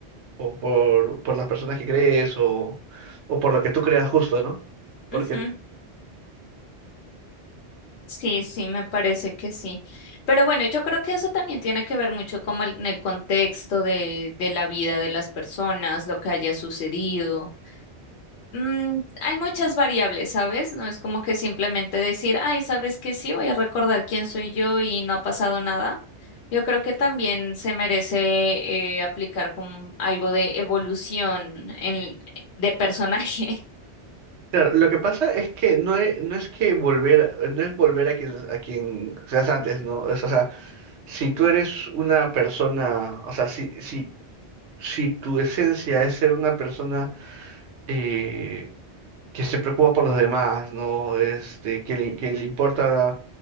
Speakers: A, on the right; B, on the left.
A: O por, por las personas que crees o, o por lo que tú creas justo, ¿no? porque
B: Ujú. Sí, sí, me parece que sí. Pero bueno, yo creo que eso también tiene que ver mucho como el- en el contexto de, de la vida de las personas, lo que haya sucedido. Mm, hay muchas variables, ¿sabes? No es como que simplemente decir, ay, ¿sabes qué? Sí, voy a recordar quién soy yo y no ha pasado nada. Yo creo que también se merece eh, aplicar como algo de evolución en, de personaje.
A: Claro, lo que pasa es que no es, no es que volver, no es volver a quien, a quien seas antes, ¿no? Es, o sea, si tú eres una persona, o sea, si, si, si tu esencia es ser una persona eh, que se preocupa por los demás, ¿no? Este, que le, que le importa,